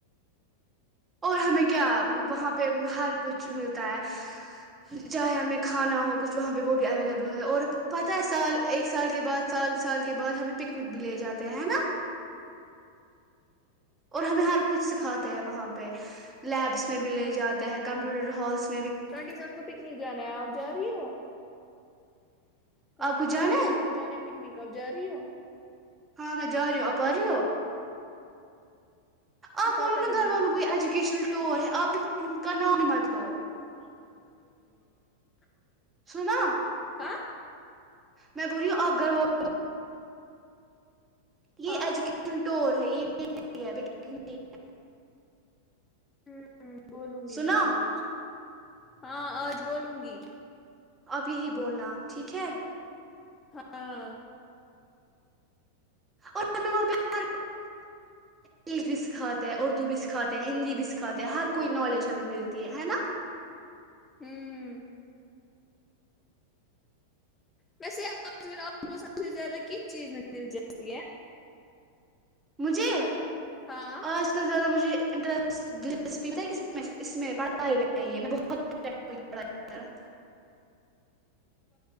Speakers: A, on the right; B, on the left.
A: اور ہمیں کیا وہاں پہ ہر کچھ ملتا ہے چاہے ہمیں کھانا ہو کچھ وہاں پہ وہ بھی اویلیبل ہوتا اور پتہ ہے سال ایک سال کے بعد سال سال کے بعد ہمیں پکنک بھی لے جاتے ہیں ہے نا اور ہمیں ہر کچھ سکھاتے ہیں وہاں پہ لیبس میں بھی لے جاتے ہیں کمپیوٹر ہس
B: ٹینٹی سیون کو پکنک جانا ہے آپ جا رہی ہو <inaudible>
A: آپ کو
B: ٹئٹی
A: جانا
B: سیون کو جانا ہے پک اب جا رہی ہو <inaudible>
A: ہاں میں جہ رہی ہوں اپپہر ہ <inaudible> آپ
B: پتہ
A: بولو نا
B: نہیں
A: گھر والوں کو ایجوکیشن ٹور ہے آپ کا نام ہی بتلو
B: <inaudible>
A: سنا <inaudible>
B: ہاں
A: میں بولیی ہوں آپ گھرو <inaudible> یہ
B: ہاں
A: اجوک نٹور ہے یہ بھی <inaudible>
B: ہوں <inaudible> بولوں گی
A: سنا
B: میں ابوج <inaudible> ہاں آج بولوں گی <inaudible>
A: اب یہی بولنا ٹھیک ہے <inaudible>
B: ہاں <inaudible>
A: اور ہمیں وہاں پہ ہ انگلش بھی سکھاتے ہیں اردو بھی سکھاتے ہیں ہندی بھی سکھاتے ہیں ہر کوئی نالج ہمیں ملتی ہے ہے نا
B: ہوں <inaudible> ویسے آج آپ کو سب سے زیادہ کس چیز میں دلچسپی ہے
A: مجھے
B: ہاں
A: آج کل زیادہ مجھے انٹرس دلچسپی ہوتا اس میں پڑھائی میں ہے میں بہت